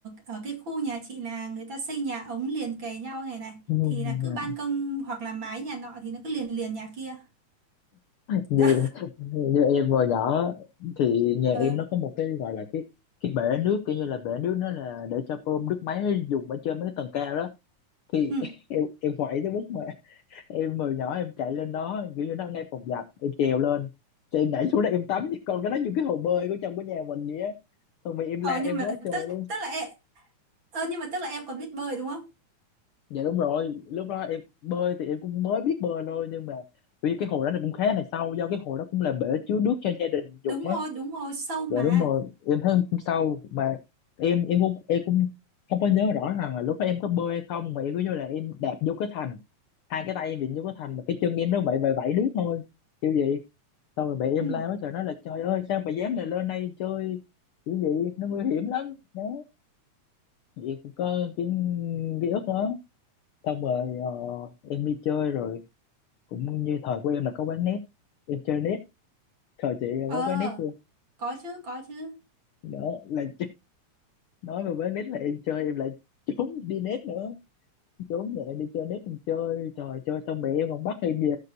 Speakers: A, on the right (about 45°); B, on the left (about 75°).
A: ở cái khu nhà chị là người ta xây nhà ống liền kề nhau này này
B: ừ,
A: thì là cứ
B: dạ
A: ban công hoặc là mái nhà nọ thì nó cứ liền liền nhà kia
B: như,
A: đó
B: như em hồi nhỏ thì nhà
A: <laughs>
B: em
A: ừ
B: nó có một cái gọi là cái cái bể nước kiểu như là bể nước nó là để cho bơm nước máy dùng ở trên mấy cái tầng cao đó thì
A: ừ
B: <laughs> em em quậy tới mức mà em hồi nhỏ em chạy lên đó kiểu như nó ngay phòng giặt em trèo lên thì em nhảy xuống đó em tắm còn cái đó như cái hồ bơi của trong cái nhà mình vậy á xong rồi em
A: ờ
B: la em
A: nhưng mà
B: quá trời
A: tức
B: luôn
A: tức là em ờ nhưng mà tức là em còn biết bơi đúng không
B: dạ đúng rồi lúc đó em bơi thì em cũng mới biết bơi thôi nhưng mà vì cái hồ đó nó cũng khá là sâu do cái hồ đó cũng là bể chứa nước cho gia đình
A: đúng
B: dùng á
A: rồi đúng rồi sâu mà
B: dạ đúng rồi em thấy hôm sau mà em em cũng em cũng không có nhớ rõ rằng là lúc đó em có bơi hay không mà em cứ như là em đạp vô cái thành hai cái tay em bị vô cái thành mà cái chân em nó vậy vậy vẫy đứt thôi kiểu vậy xong rồi mẹ em
A: ừ
B: la quá trời nói là trời ơi sao mà dám lại lên đây chơi kiểu vậy nó nguy hiểm lắm đó Thì em cũng có cái ký ức đó xong rồi ờ, em đi chơi rồi cũng như thời của em là có quán net em chơi net thời chị là
A: Ờ,
B: có quán net chưa
A: có chứ, có chứ.
B: đó là nói về bán nét là em chơi em lại trốn đi nét nữa trốn nhẹ đi chơi nét em chơi trời chơi xong mẹ em còn bắt em về